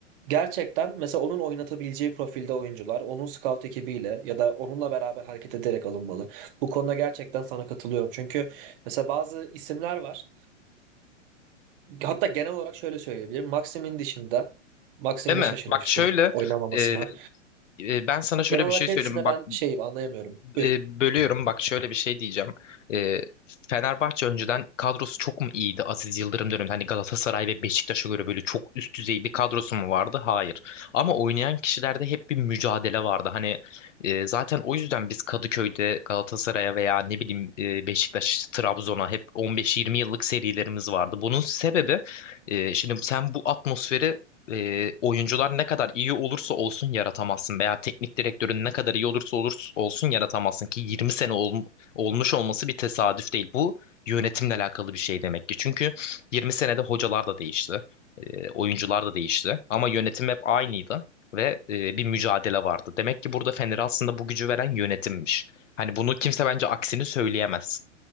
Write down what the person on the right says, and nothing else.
Gerçekten mesela onun oynatabileceği profilde oyuncular, onun scout ekibiyle ya da onunla beraber hareket ederek alınmalı. Bu konuda gerçekten sana katılıyorum. Çünkü mesela bazı isimler var. Hatta genel olarak şöyle söyleyebilirim. Maxim'in dışında, Maxim'ine
şaşırmıştım
oynamamasına.
Genel
olarak
hepsine
ben şey anlayamıyorum. Buyur.